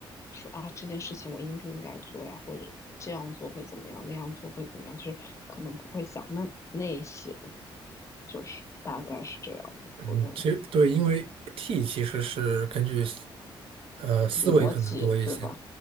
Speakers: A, on the left; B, on the right.
A: 说啊这件事情我应不应该做呀，或者这样做会怎么样，那样做会怎么样，就是可能不会想那那些，就是大概是这样的，
B: 嗯，
A: 我感觉
B: 其实对，因为 T 其实是根据呃思维可能多一些，
A: 逻辑对吧？